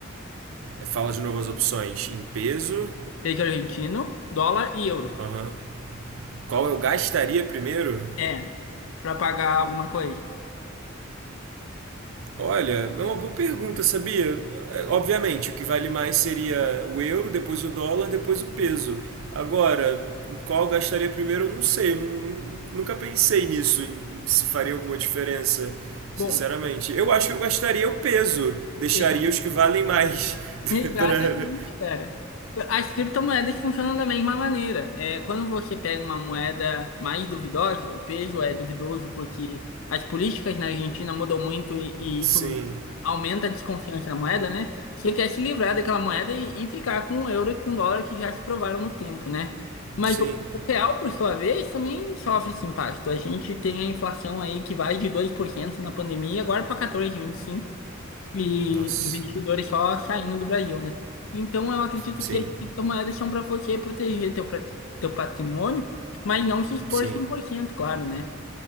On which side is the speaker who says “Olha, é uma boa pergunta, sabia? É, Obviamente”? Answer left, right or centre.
Right